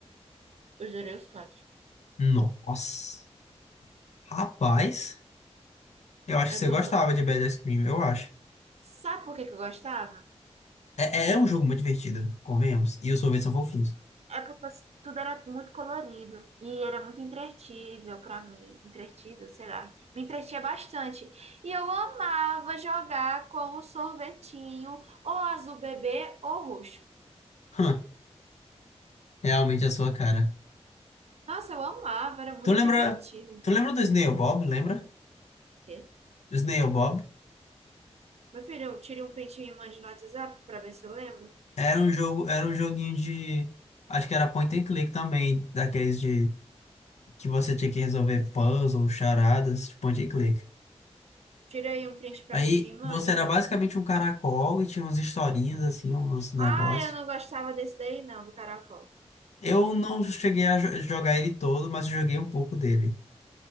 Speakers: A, on the right; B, on the left.
A: Eu zerei os quatro
B: Nossa. Rapaz, eu acho
A: Eu
B: que você
A: tô...
B: gostava
A: zo-
B: de Bad Ice Cream, eu acho.
A: Sabe por que que eu gostava?
B: É, é é um jogo muito divertido, convenhamos. E os sorvetes são fofinhos.
A: É porque tudo era muito colorido. E era muito entretível pra mim. Entretido, sei lá. Me entretinha bastante. E eu amava jogar com o sorvetinho, ou azul bebê, ou roxo.
B: Hã, Realmente é a sua cara.
A: Nossa, eu amava, era muito
B: Tu lembra.
A: divertido. O
B: Tu lembra do Snail Bob, lembra?
A: quê?
B: Snail Bob.
A: Meu filho, eu tirei um print e me mande no WhatsApp pra ver se eu lembro.
B: Era um jogo, era um joguinho de. Acho que era point and click também, daqueles de que você tinha que resolver puzzle, charadas, de point and click.
A: Tira aí um print pra
B: Aí
A: mim e me mande.
B: você era basicamente um caracol e tinha umas historinhas assim, uns negócios.
A: Ah, eu não gostava desse daí, não, do caracol.
B: Eu não cheguei a jo- jogar ele todo, mas eu joguei um pouco dele.